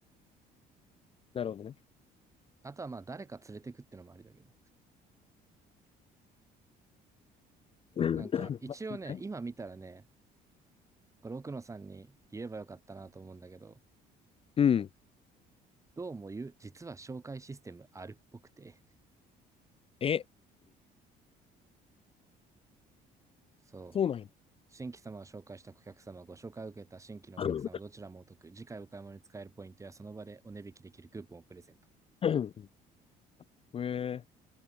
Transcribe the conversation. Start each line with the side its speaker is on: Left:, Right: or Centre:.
Left: なるほどね。
Right: あとはまあ、誰か連れてくってのもありだけど。
Left: うん
Right: なんか、
Left: <laughs>
Right: 一応ね、
Left: まあ、みたい
Right: 今見たらね、これ奥野さんに言えばよかったなと思うんだけど、
Left: うん。
Right: どうも言う、実は紹介システムあるっぽくて、
Left: え、
Right: そう。
Left: そうなんや。
Right: 新規様を紹介した顧客様、ご紹介を受けた新規のお客様、
Left: の
Right: どちらもお得。次回お買い物に使えるポイントや、その場でお値引きできるクーポンをプレゼント。
Left: うん。え